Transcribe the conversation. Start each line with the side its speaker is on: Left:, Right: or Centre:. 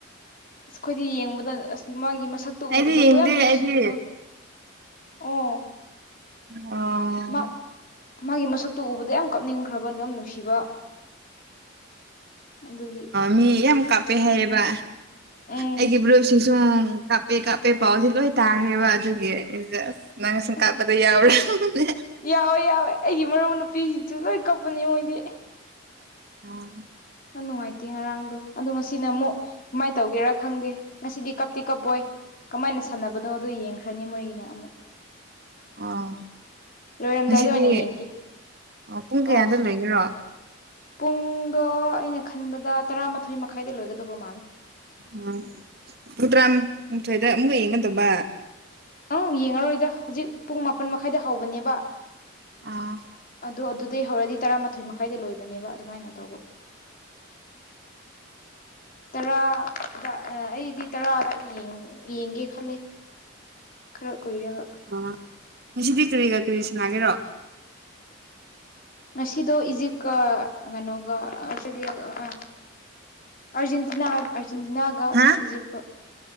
Left: ꯑꯁ ꯑꯩꯈꯣꯏꯗꯤ ꯌꯦꯡꯕꯗ ꯑꯁ ꯃꯥꯒꯤ ꯃꯁꯛꯇꯣ
Right: ꯑꯩꯗꯤ
Left: ꯎꯕꯗꯣꯀꯣ
Right: ꯌꯦꯡꯗꯦ
Left: ꯌꯥꯝ ꯅꯨꯡꯁꯤꯕꯗꯣ
Right: ꯑꯩꯗꯤ
Left: ꯑꯣ
Right: ꯑꯣ
Left: ꯃꯥ ꯃꯥꯒꯤ ꯃꯁꯛꯇꯨ ꯎꯕꯗ ꯌꯥꯝ ꯀꯥꯞꯅꯤꯡꯈ꯭ꯔꯕ ꯅꯪ ꯅꯨꯡꯁꯤꯕ ꯑꯗꯨꯒꯤ
Right: ꯃꯤ ꯌꯥꯝ ꯀꯥꯞꯄꯦ ꯍꯥꯏꯌꯦꯕ
Left: ꯎꯝ
Right: ꯑꯩꯒꯤ ꯕ꯭ꯔꯨꯞꯁꯤ ꯁꯨꯝ ꯀꯥꯄꯦ ꯀꯥꯄꯦ ꯄꯥꯎꯁꯤ ꯂꯣꯏ ꯇꯥꯈ꯭ꯔꯦꯕ ꯑꯗꯨꯒꯤ ꯅꯪꯁꯨ
Left: ꯑꯁ
Right: ꯀꯥꯞ ꯌꯥꯎꯔꯝꯅꯤ
Left: ꯌꯥꯎꯋꯦ ꯌꯥꯎꯋꯦ ꯑꯩꯒꯤ ꯃꯔꯨꯞ ꯅꯨꯄꯤꯁꯤꯡꯁꯨ ꯂꯣꯏ ꯀꯞꯄꯅꯦ ꯃꯣꯏꯗꯤ
Right: ꯑꯥ
Left: ꯈꯔ ꯅꯨꯡꯉꯥꯏꯇꯦ ꯉꯔꯥꯡꯗꯣ ꯑꯗꯣ ꯉꯁꯤꯅ ꯑꯃꯨꯛ ꯀꯃꯥꯏ ꯇꯧꯒꯦꯔꯥ ꯈꯪꯗꯦ ꯉꯁꯤꯗꯤ ꯀꯞꯇꯤ ꯀꯞꯄꯣꯏ ꯀꯃꯥꯏꯅ ꯁꯥꯟꯅꯕꯅꯣꯗꯨ ꯌꯦꯡꯈ꯭ꯔꯅꯤ ꯃꯣꯏꯒꯤꯅ ꯑꯃꯨꯛ
Right: ꯑꯣ
Left: ꯂꯣꯏꯔꯝꯗꯥꯏꯗ
Right: ꯉꯁꯤꯗꯤ
Left: ꯑꯣꯏꯅ ꯌꯦꯡꯒꯦ
Right: ꯄꯨꯡ
Left: ꯑꯧ
Right: ꯀꯌꯥꯗ ꯂꯣꯏꯒꯦꯔꯣ
Left: ꯄꯨꯡꯗꯣ ꯑꯩꯅ ꯈꯟꯕꯗ ꯇꯔꯥꯃꯥꯊꯣꯏ ꯃꯈꯥꯏꯗ ꯂꯣꯏꯒꯗꯧꯕ ꯃꯥꯜꯂꯦ
Right: ꯎꯝ ꯄꯨꯡ ꯇꯔꯥꯅꯤꯊꯣꯏꯗ ꯑꯃꯨꯛꯀ ꯌꯦꯡꯒꯗꯧꯕ
Left: ꯑꯪ ꯌꯦꯡꯉꯔꯣꯏꯗ ꯍꯧꯖꯤꯛ ꯄꯨꯡ ꯃꯥꯄꯟ ꯃꯈꯥꯏꯗ ꯍꯧꯕꯅꯦꯕ
Right: ꯑꯥ
Left: ꯑꯗꯣ ꯑꯗꯨꯗꯩ ꯍꯧꯔꯗꯤ ꯇꯔꯥꯃꯥꯊꯣꯏ ꯃꯈꯥꯏꯗ ꯂꯣꯏꯕꯅꯦꯕ ꯑꯗꯨꯃꯥꯏꯅ ꯇꯧꯕ ꯇꯔꯥꯗ ꯑꯩ ꯑꯩꯗꯤ ꯇꯔꯥ ꯑꯗꯥꯏ ꯌꯦꯡ ꯌꯦꯡꯒꯦ ꯈꯜꯂꯦ ꯈꯔ ꯀꯨꯏꯔꯒ
Right: ꯑꯥ ꯉꯁꯤꯗꯤ ꯀꯔꯤꯒ ꯀꯔꯤ ꯁꯅꯥꯒꯦꯔꯣ
Left: ꯉꯁꯤꯗꯣ ꯏꯖꯤꯞꯀꯥ ꯀꯩꯅꯣꯒ ꯑꯁꯇ꯭ꯔꯦꯂꯤꯌꯥꯒ ꯑ ꯑꯥꯔꯖꯦꯟꯇꯤꯅꯥ ꯍꯥꯏꯕ ꯑꯥꯔꯖꯦꯟꯇꯤꯅꯥꯒ
Right: ꯍꯥ
Left: ꯏꯖꯤꯞꯀ